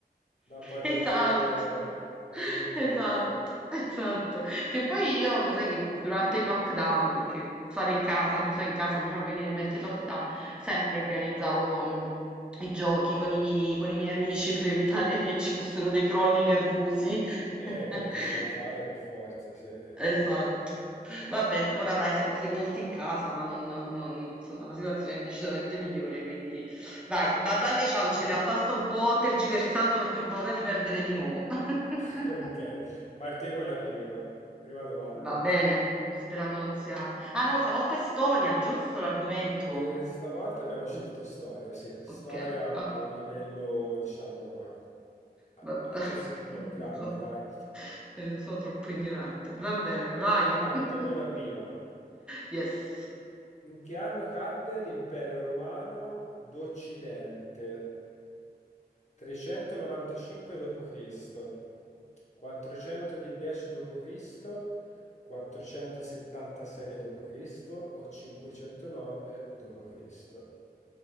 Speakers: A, on the left; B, in the centre.
A: da poi
B: Esatto,
A: proporre alle emittenti.
B: esatto, esatto. Che poi io, lo sai che durante il lockdown, perché stare in casa, chiusa in casa, mi fa venire in mente il lockdown, Sempre organizzavo, mhmm, i giochi con
A: No,
B: i miei con i miei amici per evitare che ci fossero dei crolli nervosi. <laughs>
A: Eh, qualcosa da fare per forza, sì. Eh,
B: Esatto. Va bene, ora dai siamo sepolti in casa, ma non non insomma la situazione è decisamente migliore, quindi vai, vado alle ciance,
A: oh,
B: in realtà sto un po' tergiversando perché ho paura di perdere di nuovo. <laughs>
A: <laughs> Ok, parti con la prima. Prima domanda.
B: Va bene, sperando non sia ah no, stavolta è storia, giusto l'argomento?
A: Questa volta abbiamo scelto
B: Mh.
A: storia, sì. Storia
B: Okay, ok,
A: a un livello, diciamo, a-
B: vabbè.
A: accessibile
B: <laughs>
A: a entrambi,
B: So
A: dai.
B: ehm, sono troppo ignorante. Va bene, vai.
A: Parto
B: <laughs>
A: con la prima.
B: Yes.
A: In che anno cadde l'impero romano d'Occidente? 395 d.C., 410 d.C., 476 d.C. o 509 d.C.